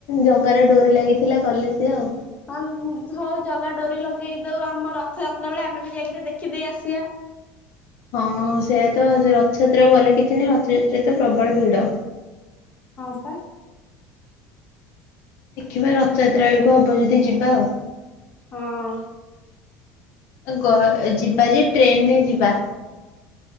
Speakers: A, on the left (about 65°); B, on the left (about 30°).
A: ଜଗାର ଡୋରି ଲାଗିଥିଲା ଗଲେ ସିଏ ଆଉ।
B: ହଁ ହଉ ଜଗା ଡୋରି ଲଗେଇ ଦୋଉ ଆମ ରଥଯାତ୍ରା ବେଳେ ଆମେ ବି ଯାଇ ଟିକେ ଦେଖିଦେଇ ଆସିବା।
A: ହଁ ସେଇଆ ତ ରଥଯାତ୍ରା ଗଲେ କିଛି ନାହିଁ। ରଥଯାତ୍ରାରେ ତ ପ୍ରବଳ ଭିଡ।
B: ହଁ ପା।
A: ଦେଖିବା ରଥଯାତ୍ରା ବେଳକୁ ହବ ଯଦି ଯିବା ଆଉ।
B: ହଁ।
A: ଗ୍ ଏ ଯିବା ଯେ ଟ୍ରେନରେ ଯିବା।